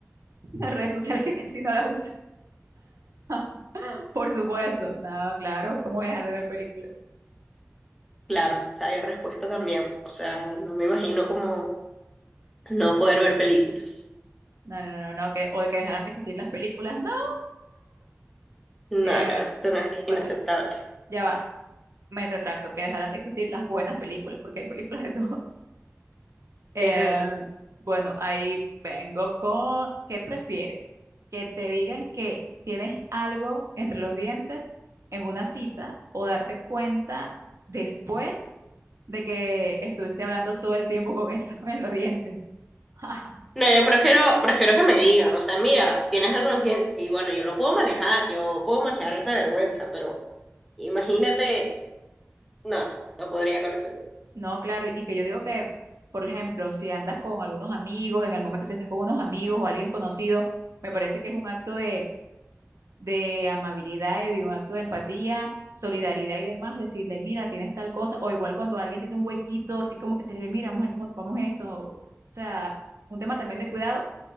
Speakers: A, on the right; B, in the centre.
A: Las redes sociales que casi no las uso. <laughs> Por supuesto. No, claro. ¿Cómo voy a dejar de ver películas?
B: Claro, o sea, hay respuesta también. O sea, no me imagino como no poder ver películas.
A: No, no, no, no, no, que, o de que dejaran de existir las películas. No.
B: No,
A: Eh,
B: no, eso no es inaceptable.
A: bueno, ya va. Me retracto. Que dejaran de existir las buenas películas, porque hay películas de todo. <laughs> Eh,
B: Es verdad.
A: bueno, ahí vengo con. ¿Qué prefieres? Que te digan que tienes algo entre los dientes en una cita o darte cuenta después de que estuviste hablando todo el tiempo con eso <laughs> en los dientes. <laughs>
B: No, yo prefiero, prefiero que me digan, o sea, mira, tienes algunos dientes y bueno, yo lo puedo manejar, yo puedo manejar esa vergüenza, pero imagínate, no, no, no podría con la segunda.
A: No, claro, y que yo digo que, por ejemplo, si andas con algunos amigos, en el momento si estás con unos amigos o alguien conocido, me parece que es un acto de, de amabilidad y de un acto de empatía, solidaridad y demás, decirle, mira, tienes tal cosa, o igual cuando alguien tiene un huequito, así como que se le ve, mira, mujer, cómo tapamos esto, o sea, un tema también de cuidado